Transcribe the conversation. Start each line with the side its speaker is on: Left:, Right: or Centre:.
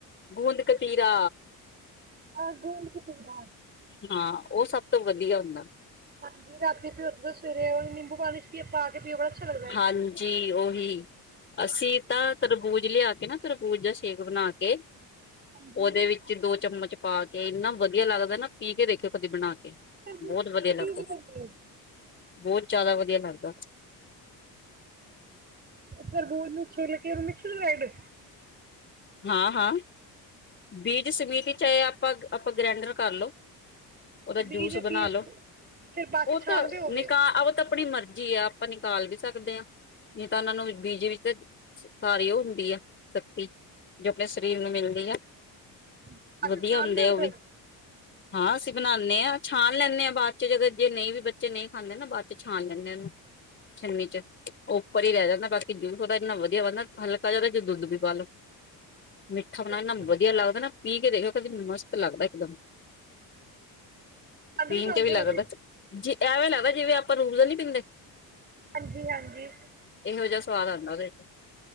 Left: ਗੂੰਦ ਕਤੀਰਾ
Right: ਆ ਗੂੰਦ ਕਤੀਰਾ
Left: ਹਾਂ, ਉਹ ਸਭ ਤੋਂ ਵਧੀਆ ਹੁੰਦਾ।
Right: ਹਾਂਜੀ। ਰਾਤੀ ਤੇ ਉਦੋਂ ਸਵੇਰੇ ਉਹ ਨਿੰਬੂ ਪਾਣੀ ਚ ਪਾ ਕੇ ਪੀਓ, ਬੜਾ ਅੱਛਾ ਲੱਗਦਾ ਐ।
Left: ਹਾਂਜੀ ਉਹੀ ਅਸੀਂ ਤਾਂ ਤਰਬੂਜ ਲਿਆ ਨਾ ਤਰਬੂਜ਼ ਦਾ ਸ਼ੇਕ ਬਣਾ ਕੇ,
Right: ਹਾਂਜੀ
Left: ਉਹਦੇ ਵਿੱਚ ਦੋ ਚਮਚ ਪਾ ਕੇ ਇੰਨਾ ਵਧੀਆ ਲੱਗਦਾ ਨਾ, ਪੀ ਕੇ ਦੇਖਿਓ ਕਦੀ ਬਣਾ ਕੇ
Right: ਤਰਬੂਜ
Left: ਬਹੁਤ ਵਧੀਆ
Right: ਟਿੱਕੀ
Left: ਲੱਗਦਾ।
Right: ਵੀ ਬਣਾਉਂਦੇ ਹੋ
Left: ਬਹੁਤ ਜ਼ਿਆਦਾ ਵ ਵਦੀਆ ਬਨਦਾ
Right: ਤਰਬੂਜ ਨੁੰ ਛਿੱਲ ਕੇ ੳਹ
Left: ਹਾਂ, ਹਾਂ ਬੀਜ ਸਮਿਤ ਚਾਹੇ, ਆਪਾਂ ਆਪਾਂ ਗ੍ਰੈਂਡਰ ਕਰਲੋ ਉਹਦਾ
Right: ਬੀਜ
Left: ਜੂਸ ਬਣਾ
Right: ਪੀਸ
Left: ਲੋੋ
Right: ਫਿਰ ਬਾਅਦ
Left: ਉਹ
Right: ਚ
Left: ਤਾਂ
Right: ਛਾਣਦੇ ਹੋਗੇ
Left: ਨਿਕਾਹ ਉਹ ਤਾਂ ਆਪਣੀ ਮਰਜ਼ੀ ਆ ਆਪਾਂ ਟਾਲ ਵੀ ਸਕਦੇ ਹਾਂ ਨਹੀਂ ਤਾਂ ਉਹਨਾਂ ਨੂੰ ਬੀਜੀ ਵਿੱਚ ਸਾਰੀ ਉਹ ਹੁੰਦੀ ਆ ਸਖਤੀ ਜੋ ਆਪਣੇ ਸਰੀਰ ਨੂੰ ਮਿਲਦੀ ਐ।
Right: ਬਾਅਦ
Left: ਵਧੀਆ
Right: ਚ ਛਾਣਦੇ
Left: ਹੁੰਦੇ
Right: ਹੋ
Left: ਆ ਉਹ ਵੀ
Right: ਫਿਰ
Left: ਹਾਂ, ਅਸੀਂ ਬਣਾ ਨੇ ਹਾਂ ਛਾਣ ਲੈਂਦੇ ਆਂ, ਬਾਅਦ ਚ ਜਦੋਂ ਨਹੀਂ ਵੀ ਬੱਚੇ ਨਹੀਂ ਖਾਂਦੇ ਨਾ ਬਾਅਦ ਚ ਛਾਣ ਲੈਂਣੇ ਉਹਨੂੰ। ਛਨੀ ਚ ਉੱਪਰ ਹੀ ਰਹਿ ਜਾਂਦਾ ਬਾਕੀ ਕਿ ਜੂਸ ਥੋੜ੍ਹਾ ਇੰਨਾ ਵਧੀਆ ਬਣ ਦਾ ਹਲਕਾ ਜਿਦਾ ਜੇ ਦੁੱਧ ਵੀ ਪਾਲੋ। ਮਿੱਠਾ ਬਣਾਉ
Right: ਅੱਛਾ
Left: ਨਾ ਵਧ ਲੱਗਦਾ ਨਾ ਪੀ ਕੇ ਦੇਖਓ ਕਦੀ ਮਸਤ ਲੱਗਦਾ ਇੱਕ ਦਮ
Right: ਖੰਡ
Left: ਪੀਨ
Right: ਪਾਉਂਦੇ
Left: ਚ ਵੀ ਲੱਗਦਾ
Right: ਹੋਗੇ
Left: ਜ ਐਵੇਂ ਲੱਗਦਾ ਜਿਵੇਂ ਆਪਾਂ ਰੂਹਰਾ ਨਈਂ ਪੀਂਦੇ?
Right: ਹਾਂਜੀ ਹਾਂਜੀ।
Left: ਇਹੋ ਜਿਹਾ ਸਵਾਦ ਆਉਂਦਾ ਉਹਦੇ ਚ